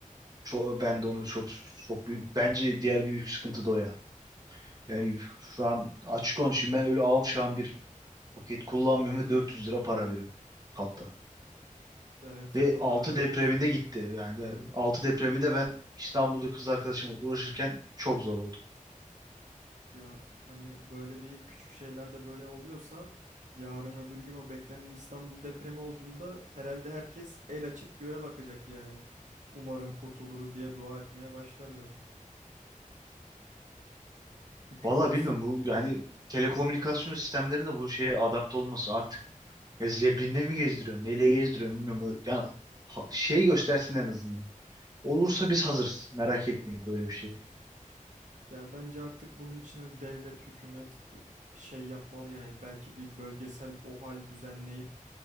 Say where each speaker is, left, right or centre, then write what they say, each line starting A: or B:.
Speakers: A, on the right; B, on the right.
A: Çok, ben de onu çok çok büyük. Bence diğer bir büyük sıkıntı da o ya. Yani şu an açık konuşayım ben öyle avşan bir Paket kullanmıyorum ve 400 lira para veriyorum hatta.
B: Evet,
A: Ve
B: ona
A: 6
B: rağmen
A: depreminde
B: iyi hizmet
A: gitti.
B: yok.
A: Yani 6 depreminde ben İstanbul'da kız arkadaşımla uğraşırken çok zor oldu.
B: Ya hani böyle bir küçük şeyler de böyle oluyorsa yarın öbür gün o beklenen İstanbul depremi olduğunda herhalde herkes el açıp göğe bakacak yani. Umarım kurtuluruz diye dua etmeye başlarlar. Hükümet
A: Vallahi bilmiyorum bu yani telekomünikasyon sistemlerinde bu şeye adapte olması artık ya zebrinle mi gezdiriyor, neyle gezdiriyor bilmiyorum. O- Yani ha- şey göstersin en azından. Olursa biz hazırız. Merak etmeyin böyle bir şey.
B: ya bence artık bunun içine devlet, hükümet e, şey yapmalı yani belki bir bölgesel OHAL düzenleyip